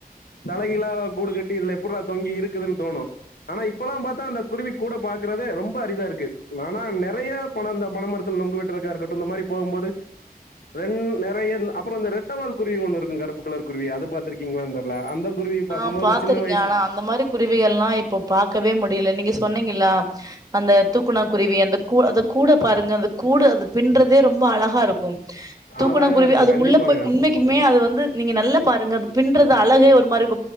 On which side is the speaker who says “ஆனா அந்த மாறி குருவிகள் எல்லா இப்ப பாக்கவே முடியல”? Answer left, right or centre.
Right